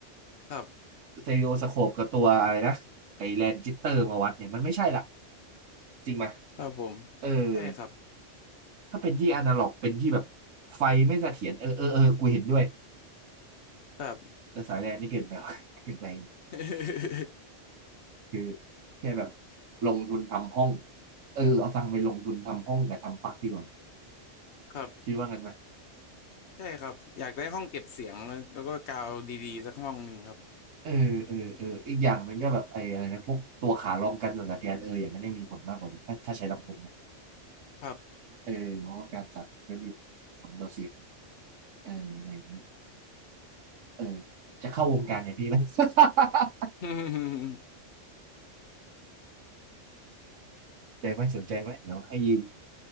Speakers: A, on the left (about 65°); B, on the right (about 80°).
A: ครับ
B: สเต r ร o โอสโคปกับตัวอะไรนะไอแลนจิตเตอร์มาวัดเนี่ยมันไม่ใช่ละจริงไหมย
A: ครับผม
B: เออ
A: ใช่ครับ
B: ถ้าเป็นที่อนาล็อกเป็นที่แบบไฟไม่เสถียรเออเออเออกูเห็นด้วย
A: ครับ
B: แต่สายแลนนี่เกินไปว่ะ <laughs> เกินไป
A: <laughs>
B: คือแค่แบบลงทุนทำห้องเออเอาตังค์ไปลงทุนทำห้องกับทำปลั๊กดีกว่า
A: ครับ
B: คิดว่างั้นไหม
A: ใช่ครับอยากได้ห้องเก็บเสียงแล้วก็กาวดีๆสักห้องหนึ่งครับ
B: เออเออเอออีกอย่างหนึ่งก็แบบไอ้อะไรนะพวกตัวขาลองกันสั่นสะเทือนเอออย่างนั้นได้มีผลมากกว่านีถ้าถ้าใช้ลำโพงนะ
A: ครับ
B: เออเพราะว่าการสั่นไม่มีผลต่อเสียงเอออะไรอย่างนี้เออจะเข้าวงการเนี่ยพี่ไหม <laughs> สน
A: <laughs>
B: ใจ <laughs> ไหมสนใจไหมเดี๋ยวให้ยืม